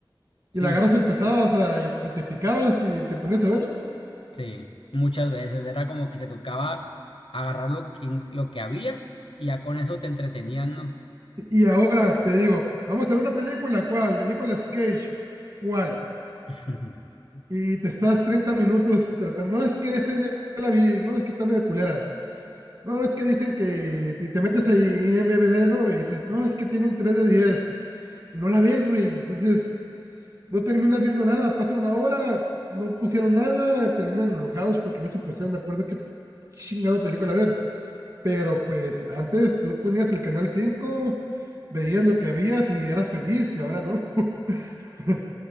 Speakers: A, on the left; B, on the right.
A: Sí,
B: Y la agarras empezada, o sea, y, y te picabas y te ponías a verla.
A: sí, muchas veces era como que te tocaba agarrar lo que, lo que había y ya con eso te entretenían, ¿no?
B: Y y ahora te digo, vamos a ver una película, ¿cuál? De Nicolas Cage, ¿cuál?
A: <laughs>
B: y te estás 30 minutos tratando, no es que ese ya la vi, no es que está medio culera, no es que dicen que y te metes a IMBD, ¿no? Y dices, no, es que tiene un 3 de 10 y no la ves, güey, entonces no terminas viendo nada, pasa una hora, no pusieron nada, terminan enojados porque no se pusieron de acuerdo qué chingado película ver. Pero pues antes tú ponías el canal 5 veías lo que habías y eras feliz y ahora no. <laughs>